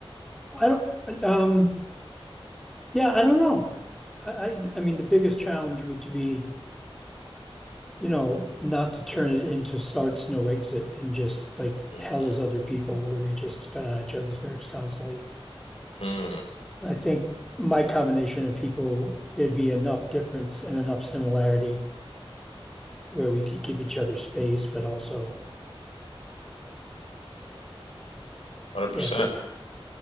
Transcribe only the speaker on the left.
mm,
mm,
100%.